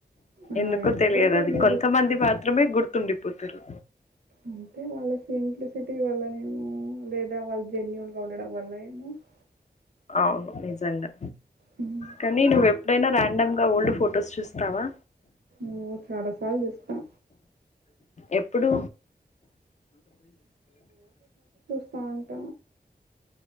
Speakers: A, on the right; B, on the left.
A: ఆ!
B: ఎందుకో తెలియదు
A: తెలీదు.
B: అది కొంతమంది మాత్రమే గుర్తుండిపోతారు
A: అంటే వాళ్ళ సింప్లిసిటీ వల్లనేమో లేదా వాళ్ళ జెన్యున్గా ఉండడం వల్ల <unintelligible>
B: అవును నిజాంగా
A: హ్మ్.
B: కానీ నువు వే ఎప్పుడైనా ర్యాండమ్గా ఓల్డ్ ఫొటోస్ చూస్తావా
A: ఓ చడసాల జుస్తం
B: ఎప్పుడు
A: బావుంట